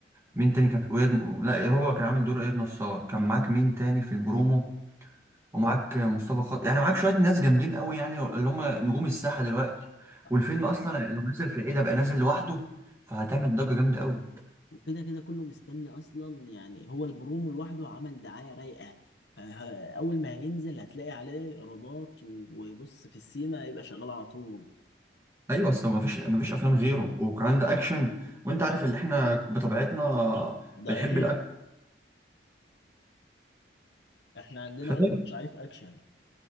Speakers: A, on the right; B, on the left.
A: مين تاني كان في وإياد- لا هو كان عامل دور اياد نصار كان معاك مين تاني في البرومو ومعاك آه، مصطفى خاطر يعني معاك شويه ناس جامدين قوي يعني اللي هم نجوم الساحه دلوقتي والفيلم
B: ايوه
A: اصلا
B: طبعاً.
A: لو نزل في العيد بقى نازل لوحده فهتعمل ضجه جامده قوي
B: وكده كده كله مستني اصلا يعني هو البرومو لوحده عمل دعايه رايقه فه- اول ما هينزل هتلاقي عليه ايرادات و- وبص في السيما هيبقى شغال على طول
A: ايوه اصل ما فيش ما فيش افلام غيره وكمان ده اكشن وانت عارف اللي احنا بطبيعتنا
B: ضعيفين
A: بنحب
B: احنا عندنا
A: الاكشن
B: اصلا ضعيف اكشن